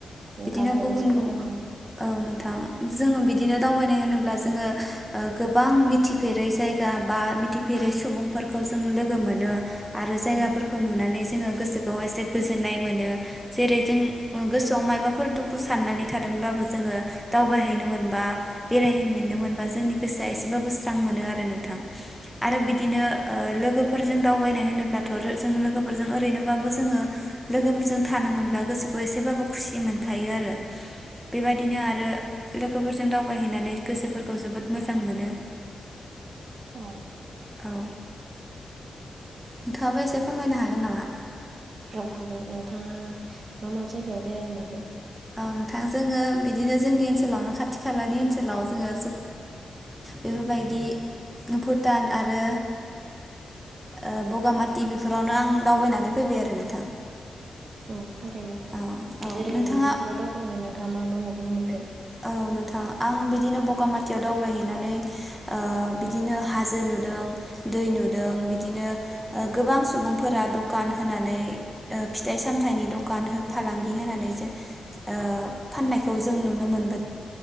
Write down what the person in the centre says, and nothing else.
बिदिनो
गुबुन
गुबु औ नोंथां जोंङ बिदिनो दावबायनाय होनोब्ला जोङो गोबां मिथिफेरै जायगा बा मिथिफेरै सुबुंफोरखौ जों लोग गो मोनो आरो जायगाफोरखौ
नुनानै जोङो गोसोखौ एसे गोजोननाय मोनो। जेरै जों गोसोआव मायबाफोर दुखु साननानै थादोंब्लाबो जोङो दावबायहैनो मोनबा बेरायहैैनो मोनबा जोंनि गोसोआ एसेबाबो स बां मोनो आरो नोंथां आरो
बिदिनो ओ लोगोफोरजों दावबायनाय होनोब्लाथ रो जों लोगोफोरजों ओरैनोबाबो जोङो लोगोफोरजों थानो मोनब्ला गोसोखौ एसेबाबो खुसि मोनखायो आरो बेबायदिनो आरो लोगोफोरजों दावबायहैनानै गोसोफोरखौ जोबोद मोजां मोनो
औ नोंथाङाबो एसे फोरमायनो हागोन नामा
औ नोंथां जोङो बिदिनो जोंनि ओनसोलावनो खाथि खालानि ओनसोलाव जोङो <unintelligible> अ बेफोरबायदि भुटान आरो ओ बगामाथि बे फोरावनो आं दावबायनानै फैबाय आरो ना
औ औ
नोंथाङा
औ नोंथां आं बिदिनो बगामाथियाव दावबाय हैनानै ओ बिदिनो हाजो नुदों दै नुदों बिदिनो ओ गोबां सुबुंफोरा दखान होनानै ओ फिथाइ सामथायनि दखान हो फालांगि होनानै <unintelligible> ओ फाननायखौ जों नुनो मोन